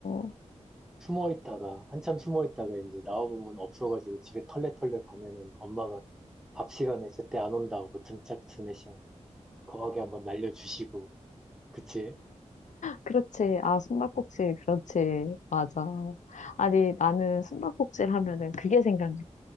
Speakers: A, on the left; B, in the centre.
A: 어,
B: 숨어 있다가 한참 숨어 있다가 이제 나와보면 없어가지고 집에 털레털레 가면은 엄마가 밥 시간에 제때 안 온다고 등짝 스매싱 거하게 한번 날려주시고, 그치?
A: 그렇지. 아, 숨바꼭질,
B: 음.
A: 그렇지. 맞아. 아니, 나는 숨바꼭질 하면은 그게 생각나.